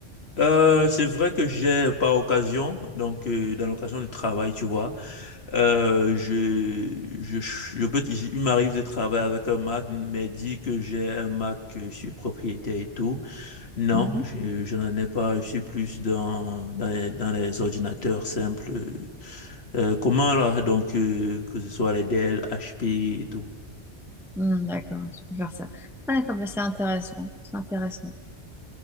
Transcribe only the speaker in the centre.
Mm.
Hmm, d'accord, tu peux faire ça. Ah, d'accord, bah, c'est intéressant. C'est intéressant.